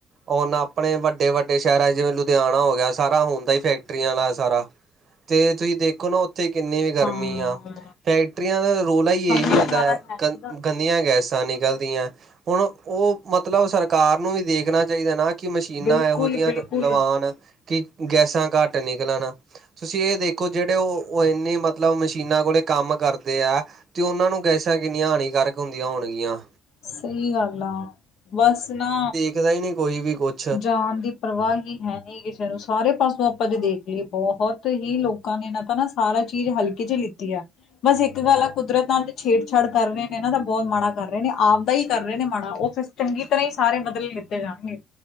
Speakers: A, on the right; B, on the left.
A: ਹੁਣ ਆਪਣੇ ਵੱਡੇ-ਵੱਡੇ ਸ਼ਹਿਰਾਂ ਜਿਵੇਂ ਲੁਧਿਆਣਾ ਹੋ ਗਿਆ। ਸਾਰਾ ਹੁੰਦਾ ਹੀ ਫੈਕਟਰੀਆਂ ਵਾਲ ਸਾਰਾ ਤੇ ਤੁਸੀਂ ਦੇਖੋ ਨਾ ਉੱਥੇ ਕਿੰਨੀ ਵੀ ਗਰਮੀ
B: ਹਾਂ।
A: ਆ। ਫੈਕਟਰੀਆਂ ਦਾ ਰੋਲਾ ਹੀ
B: ਸਮਝਣ
A: ਇਹੀ ਹੁੰਦਾ
B: ਵਾਲਾ
A: ਹੈ
B: ਨੀ
A: ਕਨ
B: ਗਾ,
A: ਕ ਇਨੀਆਂ ਗੈਸਾਂ ਨਿਕਲਦੀਆਂ ਹੁਣ ਉਹ ਮਤਲਬ ਸਰਕਾਰ ਨੂੰ ਵੀ ਦੇਖਣਾ ਚਾਹੀਦਾ ਨਾ ਕਿ ਮਸ਼ੀਨਾਂ
B: ਬਿਲਕੁਲ-ਬਿਲਕੁਲ।
A: ਇਹੋ ਜਿਹੀਆਂ ਲਵਾਣ ਕਿ ਗੈਸਾਂ ਘੱਟ ਨਿਕਲਣ ਤੁਸੀਂ ਇਹ ਦੇਖੋ ਜਿਹੜੇ ਉਹ ਇੰਨੀ ਮਤਲਬ ਮਸ਼ੀਨਾਂ ਕੋਲ ਕੰਮ ਕਰਦੇ ਆ ਤੇ ਉਹਨਾਂ ਨੂੰ ਗੈਸਾਂ ਕਿੰਨੀਆਂ ਹਾਨੀਕਾਰਕ ਹੁੰਦੀਆਂ ਹੋਣਗੀਆਂ।
B: ਸਹੀ ਗੱਲ ਆ ਬੱਸ ਨਾ
A: ਟਿਕ ਦਾ ਨੀ ਕੋਈ ਵੀ ਕੋਚ
B: ਜਾਨ ਦੀ ਪਰਵਾਹ ਹੀ ਹੈਨੀ ਕਿਸੇ ਨੂੰ ਸਾਰੇ ਪਾਸੋਂ ਆਪਾਂ ਜੇ ਦੇਖ ਲਈਏ। ਬਹੁਤ ਹੀ ਲੋਕਾਂ ਨੇ ਇਹਨਾਂ ਤਾਂ ਨਾ ਸਾਰਾ ਚੀਜ਼ ਹਲਕੇ ਚ ਲਿੱਤੀ ਆ ਬੱਸ ਇੱਕ ਗੱਲ ਆ ਕੁਦਰਤ ਨਾਲ ਤੇ ਛੇੜਛਾੜ ਕਰ ਰਹੇ ਨੇ। ਨਾ ਤਾਂ ਬਹੁਤ ਮਾੜਾ ਕਰ ਰਹੇ ਨੇ। ਆਪ ਦਾ ਹੀ ਕਰ ਰਹੇ ਨੇ ਮਾੜਾ ਉਹ ਫਿਰ ਚੰਗੀ ਤਰ੍ਹਾਂ ਹੀ ਸਾਰੇ ਬਦਲੇ ਲਿੱਤੇ ਜਾਣਗੇ।